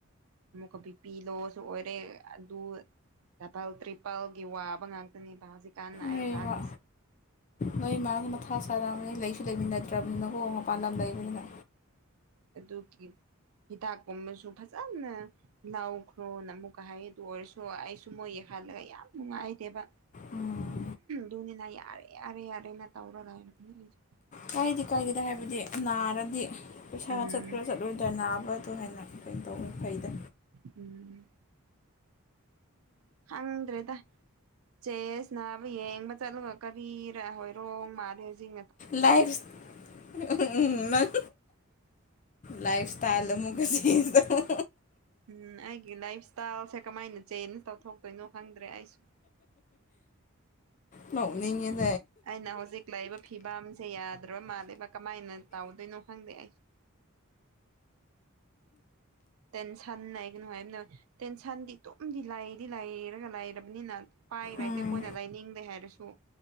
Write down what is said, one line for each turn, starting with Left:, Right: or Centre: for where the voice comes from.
Right: ꯑꯃꯨꯛꯀ ꯄꯤꯄꯤ ꯂꯣ ꯑꯣꯏꯔꯦ ꯑꯗꯨ ꯗꯕꯜ ꯇ꯭ꯔꯤꯄꯜꯒꯤ ꯋꯥꯕ ꯉꯥꯛꯇꯅꯦꯕ ꯍꯧꯖꯤꯛꯀꯥꯟꯅ ꯑꯩ
Left: ꯂꯩꯕ
Right: ꯂꯥꯛꯂꯤꯁꯤ꯫
Left: ꯅꯣꯏ ꯃꯥꯒꯤ ꯃꯊꯥ ꯁꫪꯝꯅꯤ ꯂꯩꯁꯨ ꯂꯩꯃꯤꯟꯅꯗ꯭ꯔꯕꯅꯤꯅꯀꯣ ꯃꯄꯥꯟ ꯂꯝ ꯂꯩꯕꯅꯤꯅ
Right: ꯑꯗꯨ ꯀꯤ ꯍꯤꯗꯥꯛ ꯀꯨꯝꯕꯁꯨ ꯐꯖꯅ ꯂꯧꯈ꯭ꯔꯣꯅ ꯑꯃꯨꯛꯀ ꯍꯥꯏ ꯑꯗꯨ ꯑꯣꯏꯔꯁ ꯑꯩꯁꯨ ꯃꯣꯏ ꯈꯜꯂꯒ ꯌꯥꯝ ꯅꯨꯡꯉꯥꯏꯇꯦꯕ꯫
Left: ꯎꯝ
Right: ꯗꯨꯒꯤꯅ ꯌꯥꯔꯦ ꯌꯥꯔꯦ ꯌꯥꯔꯦꯅ ꯇꯧꫪꯒꯊꯥꯏꯅ ꯏꯩꯁꯨ
Left: ꯀꯥꯏꯗ ꯀꯥꯏꯗꯦꯗ ꯍꯥꯏꯕꯗꯤ ꯅꯥꯔꯗꯤ ꯄꯩꯁꯥ
Right: ꯎꯝ
Left: ꯆꯠꯄ꯭ꯔꯥ ꯆꯠꯂꯣꯏꯗ꯭ꯔ ꯅꯥꯕ ꯑꯗꯨ ꯍꯥꯏꯅ ꯀꯩꯅ ꯇꯧꯋꯤ ꯐꯩꯗ
Right: ꯑꯝ ꯍꯪꯗꯔꯦꯗ ꯆꯦꯁ ꯅꯥꯕ ꯌꯦꯡꯕꯥ ꯆꯠꯂꯨꯒ ꯀꯔꯤꯔ ꯍꯣꯏꯔꯣꯡ ꯃꯥꯂꯦ ꯍꯧꯖꯤꯛ‌꯫
Left: ꯂꯥꯐꯁ ꯑꯎꯃ ꯅ‌ꯪ ꯂꯥꯐꯁ ꯇꯥꯥꯏꯜ ꯑꯃꯨꯒ ꯆ‌ꯦꯜ ꯇꯧ
Right: ꯎꯝ ꯑꯩꯒꯤ ꯂꯥꯏꯞ ꯏꯁꯇꯥꯏꯜꯁꯦ ꯀꯃꯥꯏꯅ ꯆꯦꯟꯖ ꯇꯧꯊꯣꯛꯇꯣꯏꯅꯣ ꯈꯪꯗ꯭ꯔꯦ ꯑꯩꯁꯨ꯫ <inaudible>
Left: ꯅꫭꯛꯅꯤꯡꯉ‌ꯦ
Right: ꯑꯩꯅ ꯍꯧꯖꯤꯛ ꯂꯩꯔꯤꯕꯏꯕ ꯐꯤꯕꯝꯁꯦ ꯌꯥꯗ꯭ꯔꯕ ꯃꯥꯜꯂꯤꯦꯕ ꯀꯃꯥꯏꯅ ꯇꯧꯗꯣꯏꯅꯣ ꯈꯪꯗꯦ ꯑꯩ ꯇꯦꯟꯁꯟ ꯂꯩꯏꯒꯅꯣ ꯍꯥꯏꯕꯅꯦ ꯇꯦꯟꯁꯟꯗꯤ ꯇꯝꯗꯤ ꯂꯥꯏꯗꯤ ꯂꯥꯏꯔꯒ ꯂꯥꯏꯔꯕꯅꯤꯅ ꯄꯥꯏꯔꯇꯦ
Left: ꯎꯝ
Right: ꯑꯩꯈꯣꯏꯅ ꯂꯩꯅꯤꯡꯗꯦ ꯍꯥꯏꯔꯁꯨ꯫